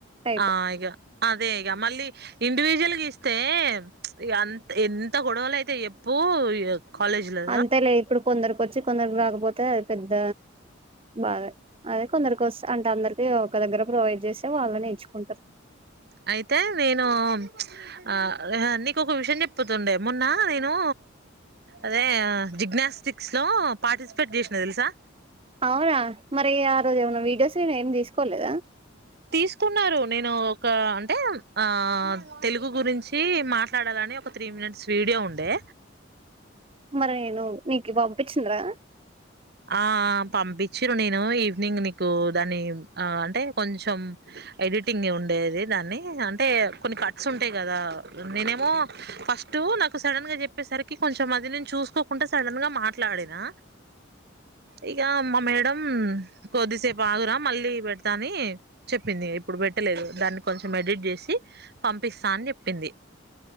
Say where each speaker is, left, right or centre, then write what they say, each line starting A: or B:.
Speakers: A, on the right; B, on the right.
A: టైప్
B: ఆ ఇగా అన్ అదే ఇగ మళ్ళీ ఇండివిజువల్ గా ఇస్తే అంత ఎంత గొడవలు అయితే చెప్పు కాలేజ్ లో
A: అంతే లే ఇప్పుడు కొందరికి వచ్చి కొందరికి రాకపోతే అది పెద్ద బాధ అదే కొందరికొస్త అంటే అందరికి ఒక దగ్గర ప్రొవైడ్ చేస్తే వాళ్ళనే నేర్చుకుంటారు
B: అయితే నేను ఆ నీకు ఒక విషయం చెప్తుండే మొన్నా నేను అదే జిగ్నస్టిక్స్ లో పార్టిసిపేట్ చేసిన తెలుసా
A: అవునా మరి ఆ రోజు ఏమన్నా వీడియోస్ ఏమి తీసుకోలేదా
B: తీసుకున్నారు నేను ఒక అంటే ఆ తెలుగు గురించి మాట్లాడాలంట ఒక త్రీ మినీట్స్ విడియో ఉండే
A: మరి ఏదో నీకు పంపించుండు కదా
B: ఆ పంపించిండ్రు నేను ఈవినింగ్ నీకు దాన్ని ఆ అంటే కొంచెం ఎడిటింగ్ ఉండేది దాన్ని అంటే కొన్ని కట్స్ ఉంటాయి కదా నేనేమో ఫస్ట్ పస్ట్ నాకు సడన్ గా చెప్పేసరికి కొంచెం అది నేను చూసుకోకుండా సడన్ గా మాట్లాడినా ఇక మా మేడం కొద్దిసేపు ఆగురా మళ్ళీ పెడతా అని చెప్పింది ఇప్పుడు పెట్టలేదు దాన్ని కొంచెం ఎడిట్ చేసి పంపిస్తా అని చెప్పింది